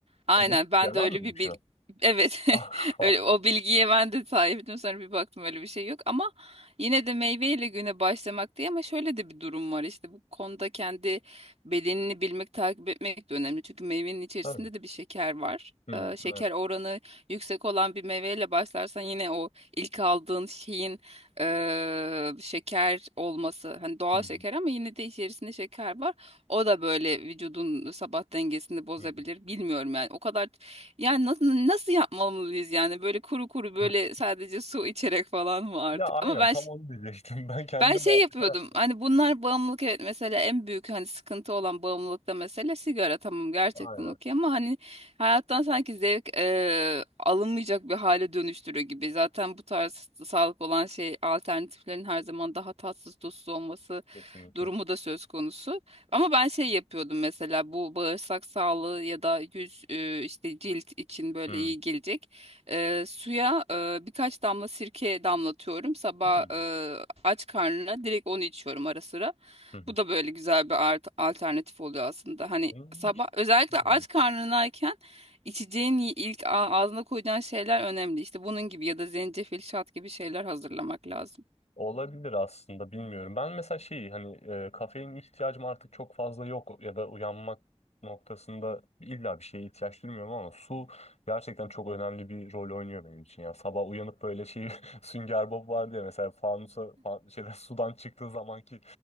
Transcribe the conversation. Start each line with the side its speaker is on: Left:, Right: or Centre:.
Right: Aynen
Left: bir-
Right: ben
Left: yalan
Right: de öyle
Left: mıymış
Right: bir bil
Left: o? <laughs>
Right: Evet.
Left: Ah,
Right: <laughs>
Left: ah,
Right: Öyle o bilgiye ben de sahiptim. Sonra bir baktım öyle bir şey yok ama yine de meyveyle güne başlamak diye ama şöyle de bir durum var işte bu konuda kendi bedenini bilmek, takip etmek de önemli. Çünkü meyvenin içerisinde
Left: tabii.
Right: de bir şeker var.
Left: Hı,
Right: Ee, şeker
Left: evet.
Right: oranı yüksek olan bir meyveyle başlarsan yine o ilk aldığın şeyin eee, şeker olması hani doğal
Left: Hı,
Right: şeker ama yine de içerisinde şeker var. O da böyle vücudun sabah dengesini bozabilir.
Left: hı, hı.
Right: Bilmiyorum yani o kadar yani nasıl nasıl yapmalıyız yani böyle kuru kuru böyle
Left: <laughs>
Right: sadece su içerek falan mı artık?
Left: Ya aynen
Right: Ama ben
Left: tam onu diyecektim. Ben kendim
Right: ben şey yapıyordum
Left: <laughs>
Right: hani bunlar bağımlılık evet mesela en büyük hani sıkıntı olan bağımlılıkta mesele sigara tamam gerçekten
Left: aynen.
Right: okey ama hani hayattan sanki zevk e, alınmayacak bir hale dönüştürüyor gibi. Zaten bu tarz sağlık olan şey alternatiflerin her zaman daha tatsız tuzsuz olması
Left: Kesinlikle.
Right: durumu da söz konusu. Ama ben şey yapıyordum mesela bu bağırsak sağlığı ya da yüz e, işte cilt için böyle
Left: Hı,
Right: iyi gelecek. Eee, suya eee, birkaç damla sirke damlatıyorum. Sabah
Left: hı,
Right: eee, aç karnına direkt onu içiyorum ara sıra.
Left: hı,
Right: Bu da böyle güzel bir art- alternatif oluyor aslında. Hani
Left: hı.
Right: sabah özellikle
Left: Hı.
Right: aç karnınayken içeceğin y- ilk a- ağzına koyacağın şeyler önemli. İşte bunun gibi ya da zencefil şat gibi şeyler hazırlamak lazım.
Left: Olabilir aslında bilmiyorum. Ben mesela şeyi hani e, kafein ihtiyacım artık çok fazla yok ya da uyanmak noktasında illa bir şeye ihtiyaç duymuyorum ama su gerçekten çok önemli bir rol oynuyor benim için ya. Sabah uyanıp böyle şey <laughs> Sünger Bob vardı ya mesela fanusa fa- şeyden <laughs> sudan çıktığı zamanki